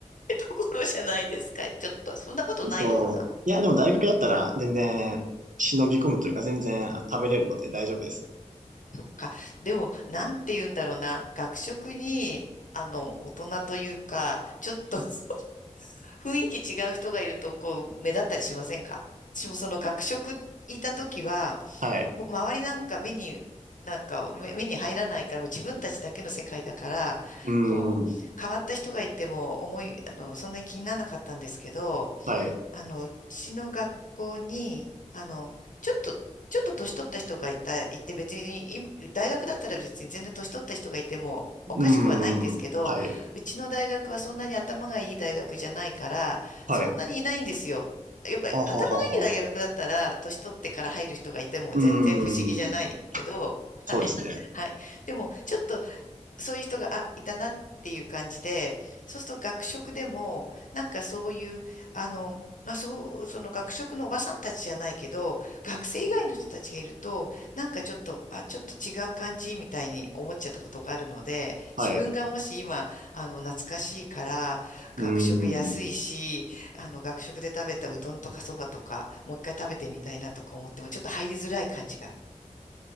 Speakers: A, on the left; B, on the right.
A: い <laughs> ところじゃないですか。ちょっと、そんなことないのかな
B: そう。いや、でも大学だったら全然忍び込むというか全然食べれるので大丈夫ですよ。
A: そっか。でも、なんて言うんだろうな。学食に、あの、大人というか、ちょっと <laughs> 雰囲気違う人がいると、こう、目立ったりしませんか私もその学食いた時は、
B: はい。
A: 周りなんか目に、なんか目目に入らないから、もう自分たちだけの世界だから、
B: うー
A: こう、
B: ん。
A: 変わった人がいても思い、あの、そんなに気にならなかったんですけど、
B: はい。
A: あの、うちの学校に、あの、ちょっと、ちょっと年取った人がいた、いて別に、今大学だったら別に全然年取った人がいてもおかしくはないんですけど、
B: うーん。はい。
A: うちの大学はそんなに頭がいい大学じゃないから、
B: はい。
A: そんなにいないんですよ。やっぱり頭がいい大学だったら、
B: あははは。
A: 年取ってから入る人がいても全然不思議じゃないけど、
B: うーん。
A: はい。
B: そうですね。
A: はい。でも、ちょっとそういう人が、あ、いたなっていう感じで、そうすると学食でも、なんかそういう、あの、まあ、そう、その学食のおばさんたちじゃないけど、学生以外の人たちがいると、なんかちょっと、あ、ちょっと違う感じみたいに思っちゃったことがあるので、
B: はい。
A: 自分がもし今、
B: う
A: あの、懐かしいから、学食安いし、
B: ーん。
A: あの、学食で食べたうどんとかそばとか、もう一回食べてみたいなとか思っても、ちょっと入りづらい感じが。